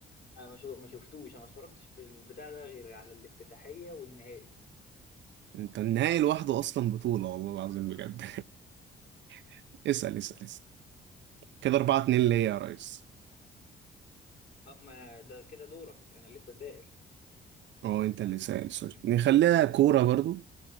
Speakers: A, on the left; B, on the right.
A: انا ما شو- ما شفتوش انا ما اتفرجتش في البتاع ده غير على الافتتاحيه والنهائي
B: انت النهائي لوحده اصلا بطوله والله العظيم بجد <laughs> اسال اسال اسال كده 4 2 ليا يا ريس
A: اه ما ده كده دورك انا لسه سائل
B: اه انت اللي سائل سوري نخليها كوره برضو